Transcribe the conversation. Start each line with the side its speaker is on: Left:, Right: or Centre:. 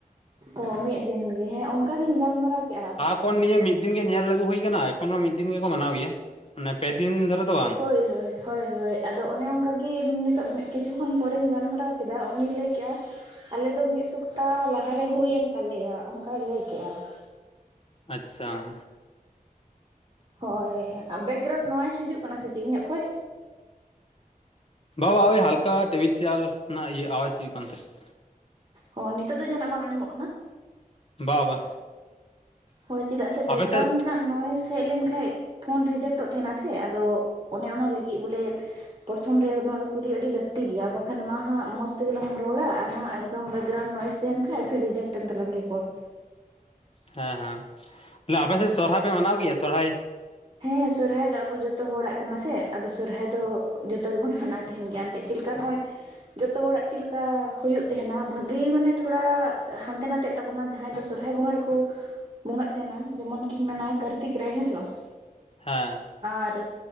Right: ᱚ ᱢᱤᱫ ᱫᱤᱱ ᱜᱮ᱾ ᱦᱮᱸ ᱚᱱᱠᱟ ᱜᱤᱧ ᱜᱟᱞᱢᱟᱨᱟᱣ ᱠᱮᱜᱼᱟ ᱾
Left: ᱠᱚᱱ ᱱᱤᱭᱟᱹ ᱢᱤᱫ ᱫᱤᱱ ᱜᱮ ᱧᱮᱞ ᱟᱹᱜᱩ ᱦᱩᱭ ᱠᱟᱱᱟ᱾ ᱮᱠᱷᱚᱱ ᱦᱚᱸ ᱢᱤᱫ ᱫᱤᱱ ᱜᱮᱠᱚ ᱢᱟᱱᱟᱣ ᱜᱮᱭᱟ᱾ ᱚᱱᱮ ᱯᱮ ᱫᱤᱱ ᱫᱷᱚᱨᱮ ᱫᱚ ᱵᱟᱝ ᱾
Right: ᱦᱳᱭ ᱦᱳᱭ ᱦᱳᱭ ᱦᱳᱭ ᱟᱫᱚ ᱚᱱᱮ ᱚᱱᱠᱟ ᱜᱤ ᱱᱤᱛᱚᱜ ᱢᱤᱫ ᱠᱤᱪᱷᱩ ᱠᱷᱚᱱ ᱯᱚᱨᱮᱧ ᱜᱟᱞᱢᱟᱨᱟᱣ ᱠᱮᱫᱟ ᱩᱱᱤᱭ ᱞᱟᱹᱭ ᱠᱮᱜᱼᱟ ᱟᱞᱮ ᱫᱚ ᱢᱤᱫ ᱥᱚᱯᱛᱟ ᱞᱟᱦᱟ ᱨᱮ ᱦᱩᱭᱮᱱ ᱛᱟᱞᱮᱭᱟ ᱚᱱᱠᱟᱭ ᱞᱟᱹᱭ ᱠᱮᱜ-ᱟ ᱾
Left: ᱟᱪᱪᱷᱟ ᱾
Right: ᱦᱳᱭ ᱟᱨ ᱵᱮᱠᱜᱨᱟᱣᱩᱱᱰ ᱱᱚᱭᱮᱥ ᱦᱤᱡᱩᱜ ᱠᱟᱱᱟ ᱥᱮ ᱪᱮᱜ ᱤᱧᱟᱹᱜ ᱠᱷᱚᱡ?
Left: ᱵᱟ-ᱵᱟ ᱳᱭ ᱦᱟᱞᱠᱟ ᱴᱮᱵᱤᱞ ᱪᱮᱭᱟᱞ ᱨᱮᱱᱟᱜ ᱤᱭᱟᱹ ᱟᱣᱟᱡᱽ ᱦᱩᱭᱩᱜ ᱠᱟᱱ ᱛᱟᱦᱮᱸᱫ ᱾
Right: ᱚ ᱱᱤᱛᱚᱜ ᱫᱚ ᱡᱟᱦᱟᱱᱟᱜ ᱵᱟᱝ ᱟᱸᱡᱚᱢᱚᱜ ᱠᱟᱱᱟ?
Left: ᱵᱟ - ᱵᱟ
Right: ᱦᱳᱭ ᱪᱮᱫᱟᱜ ᱥᱮ ᱵᱮᱠᱜᱨᱩᱱᱰ
Left: ᱟᱯᱮ ᱥᱮᱫ
Right: ᱨᱮᱱᱟᱜ ᱱᱚᱭᱮᱥ ᱦᱮᱡ ᱞᱮᱱ ᱠᱷᱟᱡ ᱯᱷᱳᱱ ᱨᱤᱡᱮᱠᱴᱚᱜ ᱛᱟᱦᱮᱱᱟ ᱥᱮ ᱟᱫᱚ ᱚᱱᱮ ᱚᱱᱟ ᱞᱟᱹᱜᱤᱫ ᱵᱚᱞᱮ ᱯᱨᱚᱛᱷᱚᱢ ᱨᱮ ᱱᱚᱣᱟ ᱫᱚ ᱠᱩᱞᱤ ᱟᱹᱰᱤ ᱞᱟᱹᱠᱛᱤ ᱜᱮᱭᱟ᱾ ᱵᱟᱠᱷᱟᱱ ᱢᱟ ᱦᱟᱸᱜ ᱢᱚᱥ ᱛᱤᱜᱤᱞᱟᱝ ᱨᱚᱲᱟ ᱟᱨ ᱦᱟᱸᱜ ᱮᱠᱫᱚᱢ ᱵᱮᱠᱜᱨᱟᱣᱩᱱᱰ ᱱᱚᱭᱮᱥ ᱛᱟᱦᱮᱱ ᱠᱷᱟᱡ ᱯᱷᱤᱨ ᱨᱤᱡᱮᱠᱴᱮᱱ ᱛᱟᱞᱟᱝ ᱜᱤ ᱠᱚᱞ ᱾
Left: ᱦᱮᱸ ᱦᱮᱸ ᱛᱟᱞᱮ ᱟᱯᱮ ᱥᱮᱜ ᱥᱚᱨᱦᱟᱭ ᱯᱮ ᱢᱟᱱᱟᱣ ᱜᱤᱭᱟ ᱥᱚᱨᱦᱟᱭ?
Right: ᱦᱮᱸ ᱥᱚᱨᱦᱟᱭ ᱫᱚ ᱟᱵᱚ ᱡᱚᱛᱚ ᱦᱚᱲᱟᱜ ᱠᱟᱱᱟ ᱥᱮ ᱟᱫᱚ ᱥᱚᱨᱦᱟᱭ ᱫᱚ ᱡᱚᱛᱚ ᱜᱮᱵᱚᱱ ᱢᱟᱱᱟᱣ ᱛᱟᱦᱮᱱ ᱜᱮᱭᱟ ᱮᱱᱛᱮᱫ ᱪᱤᱜ ᱞᱮᱠᱟ ᱱᱚᱜᱼᱚᱭ ᱼᱼ ᱡᱚᱛᱚ ᱦᱚᱲᱟᱜ ᱪᱤᱜ ᱞᱮᱠᱟ ᱦᱩᱭᱩᱜ ᱛᱟᱦᱮᱱᱟ, ᱵᱷᱟᱹᱜᱤ ᱢᱟᱱᱮ ᱛᱷᱚᱲᱟ ᱦᱟᱱᱛᱮ ᱱᱟᱛᱮᱜ ᱛᱟᱵᱚᱱᱟ ᱡᱟᱦᱟᱸᱭ ᱫᱚ ᱥᱚᱨᱦᱟᱭ ᱵᱚᱸᱜᱟ ᱨᱮᱠᱚ ᱵᱚᱸᱜᱟᱜ ᱛᱟᱦᱮᱱᱟ᱾ ᱡᱮᱢᱚᱱ ᱠᱤᱱ ᱢᱮᱱᱟ ᱠᱟᱨᱛᱤᱠ ᱨᱮ ᱦᱮᱸ ᱥᱮ ᱵᱟᱝ?
Left: ᱦᱮᱸ ᱾
Right: ᱟᱨ